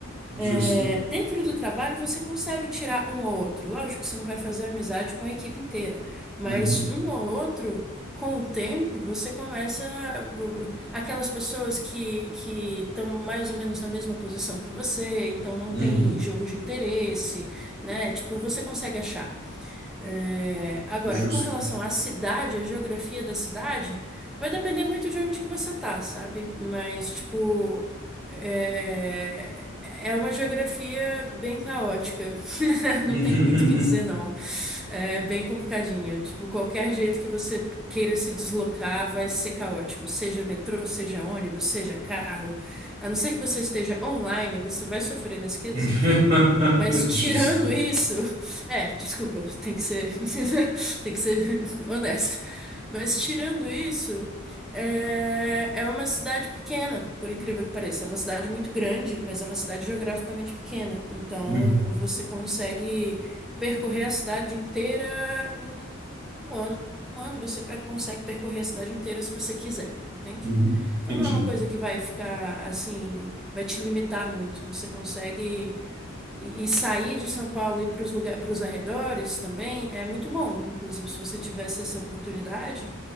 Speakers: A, on the right; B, in the centre.
A: Justo.
B: É, dentro do trabalho, você consegue tirar um ou outro. Lógico que você não vai fazer amizade com a equipe inteira, mas
A: Uhum.
B: um ou outro, com o tempo, você começa. uh, Aquelas pessoas que que estão mais ou menos na mesma posição que você, então não
A: Uhum.
B: tem jogo de interesse, né? Tipo, você consegue achar. É, agora,
A: Justo.
B: com relação à cidade, à geografia da cidade, vai depender muito de onde que você tá, sabe? Mas, tipo, é, é uma geografia bem caótica. <laughs> Não
A: <laughs>
B: tem muito o que dizer, não. É bem complicadinho. Tipo, qualquer jeito que você queira se deslocar vai ser caótico. Seja metrô, seja ônibus, seja carro. A não ser que você esteja online, você vai sofrer nesse quesito.
A: <laughs>
B: Mas tirando
A: Justo.
B: isso, <laughs> é, desculpa, tem que ser, <laughs> tem que ser honesto. Mas tirando isso, é, é uma cidade pequena, por incrível que pareça. É uma cidade muito grande, mas é uma cidade geograficamente pequena. Então
A: Hum,
B: você consegue percorrer a cidade inteira em um ano. Um ano você pe- consegue percorrer a cidade inteira se você quiser, entende?
A: uhum, Entendi.
B: Então não é uma coisa que vai ficar assim, vai te limitar muito. Você consegue e, e sair de São Paulo e ir para os lugares, para os arredores também é muito bom. Inclusive, se você tivesse essa oportunidade,